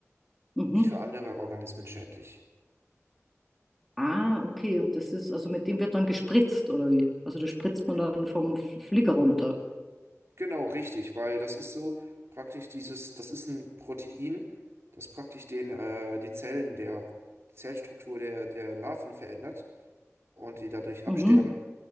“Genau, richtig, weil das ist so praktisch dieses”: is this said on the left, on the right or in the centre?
Right